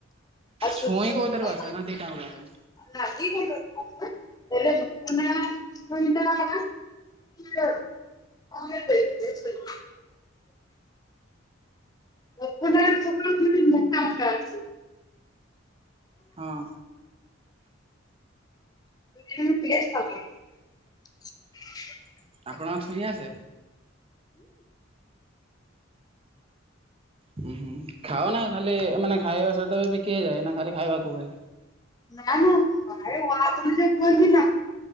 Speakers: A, on the left; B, on the right.
A: ଆଉ ସୂର୍ଯ୍ୟ
B: ଛୁଇଁ କୋଉଥାରୁ ଆସେ ନା ଦିଟାଙ୍କର ଆସେ?
A: <unintelligible> <unintelligible> <unintelligible> ମୋଟା ମୋଟା
B: ହଁ।
A: <unintelligible>
B: ଆପଣଙ୍କ ଛୁଇଁ ଆସେ? ଉଁ ହୁଁ, ଖାଅନା ଖାଲି ମାନେ ଖାଇବା ସହିତ ବି ବିକି ହେଇଯାଏ ନା ଖାଲି ଖାଇବାକୁ ହୁଏ।
A: ନାଇଁମ <unintelligible> କୁହନ୍ତି ନାଁ?